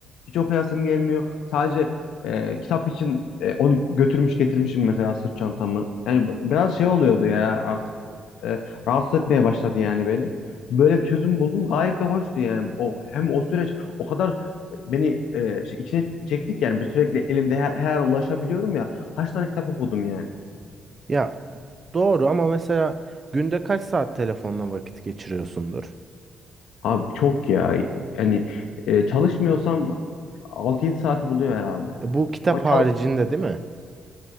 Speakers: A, on the left (about 80°); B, on the right (about 30°).
A: hiç okuyasım gelmiyor. Sadece e, kitap için e, onu götürmüş getirmişim mesela sırt çantamı. Yani b- biraz şey oluyordu ya artık e, rahatsız etmeye başladı yani beni. Böyle bir çözüm buldum. Gayet de hoştu yani. O hem o süreç o kadar e, beni e, şey, içine çektik yani. Bir Sürekli elimde her, her an ulaşabiliyorum ya. Kaç tane kitap okudum yani.
B: Ya doğru ama mesela günde kaç saat telefonla vakit geçiriyorsundur?
A: Abi çok ya. Yani e, çalışmıyorsam altı yedi saati buluyor herhalde.
B: E, Bu kitap
A: O
B: haricinde
A: çal-
B: değil mi?